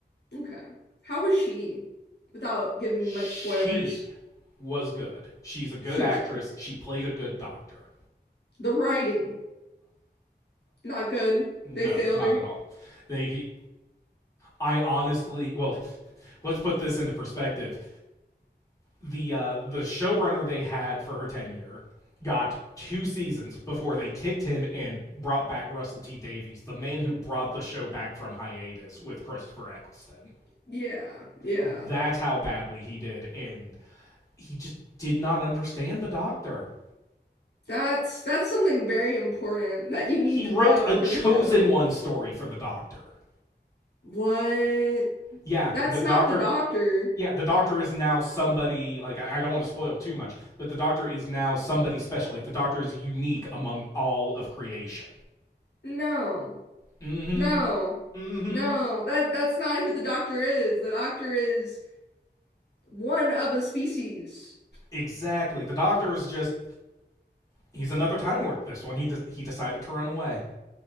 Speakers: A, on the left; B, on the left.
A: Okay. How was she? Without giving
B: She
A: much spoilers,
B: was good. She's a good
A: she
B: actress.
A: was good.
B: She played a good Doctor.
A: The writing, not good.
B: No,
A: They failed
B: not
A: her.
B: at all. They, I honestly, well, <laughs> let's put this into perspective. the uh, the showrunner they had for her tenure got two seasons before they kicked him and brought back Russell T Davies, the man who brought the show back from hiatus with Christopher Eccleston.
A: Yeah, yeah.
B: That's how badly he did, and he just did not understand the Doctor.
A: That's that's something very important that you need
B: He
A: to
B: wrote
A: know
B: a chosen
A: for the show.
B: one story for the Doctor.
A: What?
B: Yeah,
A: That's
B: the Doctor.
A: not the doctor.
B: Yeah, the Doctor is now somebody like I, I don't want to spoil too much, but the Doctor is now somebody special. Like the Doctor is unique among all of creation.
A: No.
B: Mm-hmm.
A: No,
B: Mm-hmm.
A: no, that that's not who the doctor is. The doctor is one of a species.
B: Exactly. The doctor is just he's another time lord this one. He de- he decided to run away.